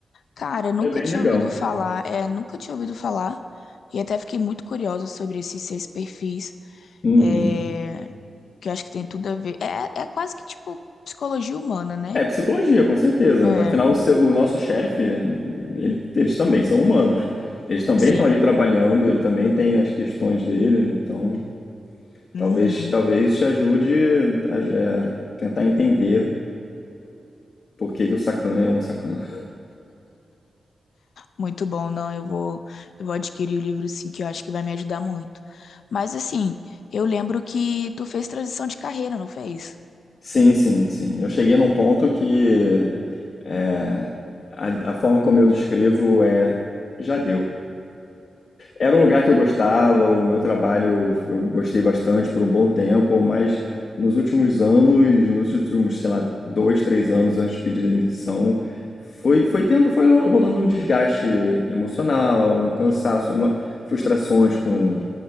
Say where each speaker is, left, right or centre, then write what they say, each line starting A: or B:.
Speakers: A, on the left; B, on the left.
A: Cara, nunca
B: É bem
A: tinha
B: legal.
A: ouvido falar, é, nunca tinha ouvido falar, e até fiquei muito curiosa sobre esses seis perfis,
B: Uhum.
A: é, que eu acho que tem tudo a ver. É, é quase que tipo psicologia humana, né?
B: É psicologia, com certeza.
A: É,
B: Afinal, o, seu- o nosso chefe, ele- eles também são humanos. Eles também
A: sim.
B: estão ali trabalhando, ele também tem as questões dele, então
A: Uhum.
B: talvez talvez te ajude a é, tentar entender por que que o sacana é um sacana.
A: Muito bom, não, eu vou, eu vou adquirir o livro sim, que eu acho que vai me ajudar muito. Mas assim, eu lembro que tu fez transição de carreira, não fez?
B: Sim, sim, sim. Eu cheguei num ponto que é, a, a forma como eu descrevo é já deu. Era um lugar que eu gostava, o meu trabalho eu gostei bastante por um bom tempo, mas nos últimos anos, nos últimos, sei lá, dois, três anos antes de pedir demissão, foi, foi tendo, foi rolando um desgaste emocional, um cansaço, uma, frustrações com,